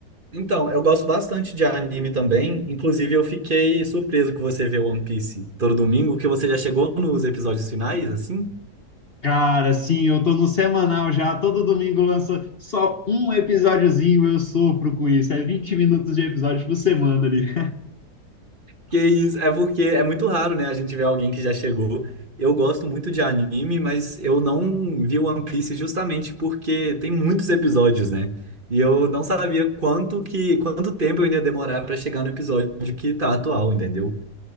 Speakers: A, on the right; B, on the left.
A: Então, eu gosto bastante de anime também. Inclusive, eu fiquei surpreso que você vê One Piece todo domingo, que você já chegou nos episódios finais, assim.
B: Cara, sim, eu tô no semanal já, todo domingo lança só um episódiozinho, eu sofro com isso. É 20 minutos de episódio por semana ali.
A: Que isso, é porque é muito raro, né, a gente ver alguém que já chegou. Eu gosto muito de anime, mas eu não vi One Piece justamente porque tem muitos episódios, né? E eu não sabia quanto que, quanto tempo eu ainda ia demorar pra chegar no episódio que tá atual, entendeu?